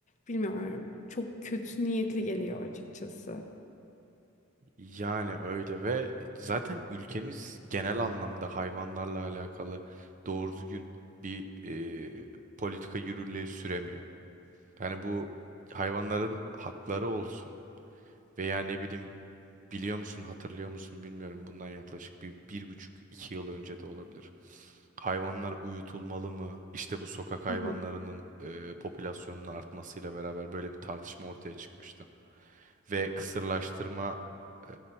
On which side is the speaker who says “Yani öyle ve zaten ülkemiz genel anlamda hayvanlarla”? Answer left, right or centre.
Right